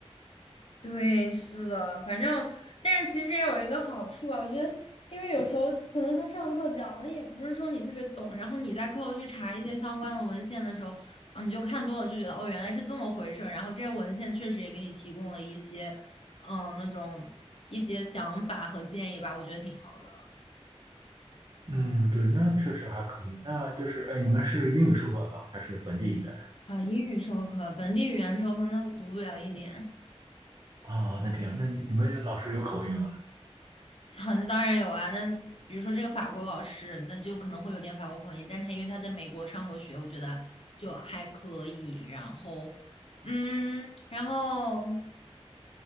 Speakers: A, on the left; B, on the right.
A: 对，是的，反正，但是其实也有一个好处啊，我觉得，因为有时候可能他上课讲的也不是说你特别懂，然后你在课后去查一些相关的文献的时候，啊，你就看多了，就觉得哦，原来是这么回事儿，然后这些文献确实也给你提供了一些，嗯，那种一些想法和建议吧，我觉得挺好的。
B: 嗯，对，那确实还可以。那就是，哎，你们是英语授课吗？还是本地语言？
A: 啊，英语授课，本地语言授课，那我读不了一点。
B: 哦，那这样，那你你们老师有口音啊？
A: 好，那当然有啊。那比如说这个法国老师，那就可能会有点法国口音，但他因为他在美国上过学，我觉得就还可以。然后，嗯，然后，